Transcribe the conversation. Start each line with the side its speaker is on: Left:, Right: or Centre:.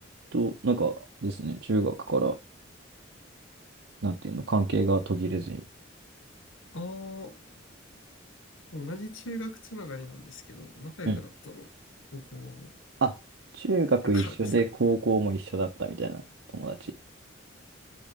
Right: と、なんかですね、中学から、なんていうの、関係が途切れずに。
Left: ああ、同じ中学つながりなんですけど、仲良くなったの、
Right: うん。
Left: 高校
Right: あ、中学一緒で高校も一緒だったみたいな友達。
Left: 生からですか。